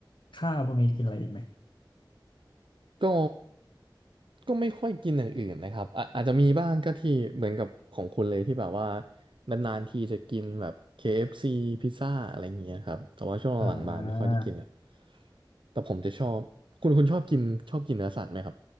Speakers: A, on the left (about 80°); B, on the right (about 75°).
A: ข้าวพวกนี้กินอะไรอีกไหม
B: ก็ก็ไม่ค่อยกินอย่างอื่นนะครับอะอาจจะมีบ้างก็ที่เหมือนกับของคุณเลยที่แบบว่านานๆทีจะกินแบบ KFC พิซซ่าอะไรอย่างเงี้ยครับแต่ว่าช่วงหลังๆมาไม่ค่อยได้กินละ
A: อ่า
B: แต่ผมจะชอบคุณคุณชอบกินชอบกินเนื้อสัตว์ไหมครับ